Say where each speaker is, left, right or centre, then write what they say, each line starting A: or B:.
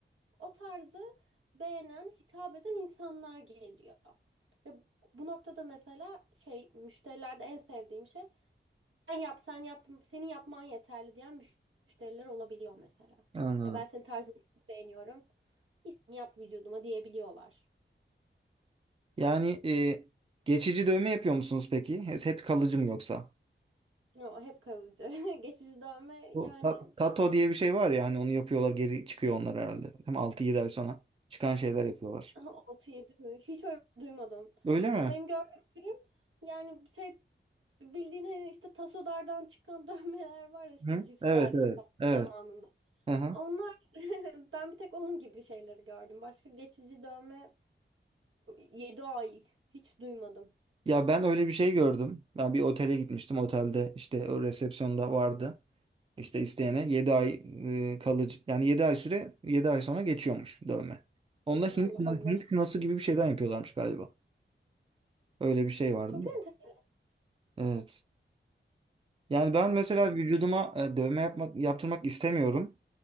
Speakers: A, on the right; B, on the right.
A: o tarzı beğenen, hitap eden insanlar geliyor. Ve bu noktada mesela şey müşterilerde en sevdiğim şey sen yap, sen yap, senin yapman yeterli diyen müş- müşteriler olabiliyor mesela.
B: Anladım.
A: Ya ben senin tarzını çok beğeniyorum. İstediğini yap vücuduma diyebiliyorlar.
B: Yani e, geçici dövme yapıyor musunuz peki? Hep hep kalıcı mı yoksa?
A: Yo, hep kalıcı. <laughs> Geçici dövme yani
B: Bu ta- tato diye bir şey var ya hani onu yapıyorlar geri çıkıyor onlar herhalde. Hem altı yedi ay sonra çıkan şeyler yapıyorlar.
A: <laughs> altı yedi mi? Hiç öyle duymadım.
B: Öyle mi?
A: Ya benim gördüğüm ürün yani şey bildiğin hani işte tasolardan çıkan <laughs> dövmeler var ya işte
B: Hı?
A: cipslerden
B: Evet evet
A: falan
B: evet.
A: zamanında.
B: Aha.
A: Onlar <laughs> ben bir tek onun gibi şeyleri gördüm. Başka geçici dövme 7 ay hiç duymadım.
B: Ya ben öyle bir şey gördüm. Ben bir otele gitmiştim. Otelde işte o resepsiyonda vardı. İşte isteyene 7 ay e, kalıcı yani 7 ay süre 7 ay sonra geçiyormuş dövme. Onda Hint,
A: Allah
B: kına-
A: Allah.
B: Hint kınası gibi bir şeyden yapıyorlarmış galiba. Öyle bir şey vardı
A: Çok
B: da.
A: enteresan.
B: Evet. Yani ben mesela
A: Hiç...
B: vücuduma e, dövme yapmak, yaptırmak istemiyorum.